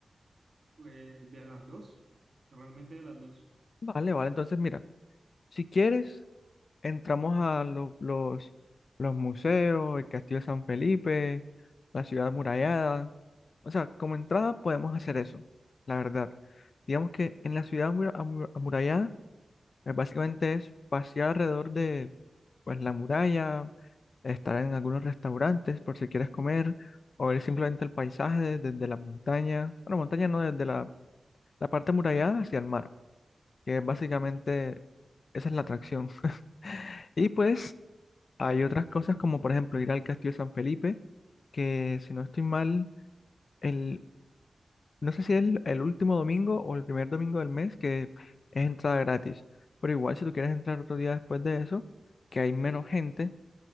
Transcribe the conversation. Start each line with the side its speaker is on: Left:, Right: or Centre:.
Right: pues de las dos, realmente de las dos.
Left: Vale, vale, entonces mira, si quieres, Entramos a lo- los, los museos, el Castillo de San Felipe, la ciudad amurallada. O sea, como entrada podemos hacer eso, la verdad. Digamos que en la ciudad amur- amur- amurallada, pues, básicamente es pasear alrededor de pues, la muralla, estar en algunos restaurantes por si quieres comer, o ver simplemente el paisaje desde la montaña. Bueno, montaña no, desde la, la parte amurallada hacia el mar, que es básicamente esa es la atracción. <laughs> Y pues hay otras cosas como por ejemplo ir al Castillo de San Felipe, que si no estoy mal, el, no sé si es el, el último domingo o el primer domingo del mes que es entrada gratis. Pero igual si tú quieres entrar otro día después de eso, que hay menos gente,